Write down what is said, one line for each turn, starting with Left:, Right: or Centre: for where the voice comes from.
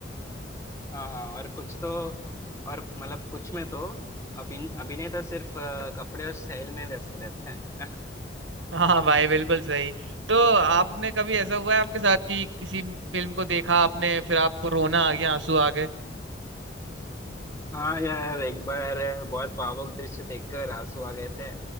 Left: हाँ हाँ, और कुछ तो और मतलब कुछ में तो अभिन अभिनेता सिर्फ अ, कपड़े और स्टाइल में व्यस्त रहते हैं
Right: <laughs> हाँ भाई बिल्कुल सही तो आपने कभी ऐसा हुआ है आपके साथ कि किसी फिल्म को देखा आपने फिर आपको रोना आ गया आंसू आ गए
Left: हाँ यार एक बार बहुत भावुक दृश्य देखकर आंसू आ गए थे